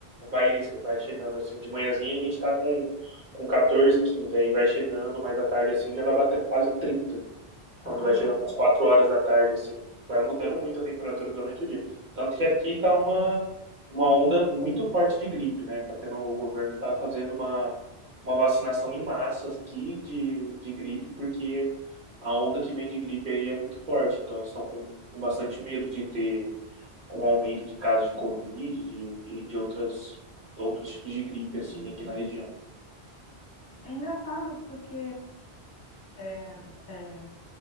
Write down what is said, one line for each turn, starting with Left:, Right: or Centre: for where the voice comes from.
Right: vai, vai chegando, assim, de manhãzinha a gente tá com, com 14 15 aí vai chegando, mas à tarde, assim, já vai batendo quase 30 quando
Left: Ah,
Right: vai
Left: não.
Right: chegando umas 4 horas da tarde, assim, vai mudando muito a temperatura durante o dia. Tanto que aqui tá uma, uma onda muito forte de gripe, né? Tá tendo, o governo tá fazendo uma, uma vacinação em massa aqui de, de gripe, porque a onda que vem de gripe aí é muito forte. Então, eles estão com, com bastante medo de ter um aumento de casos de Covid, de, de, de outras, outros tipos de gripe, assim, aqui na região.
Left: É engraçado porque é, é,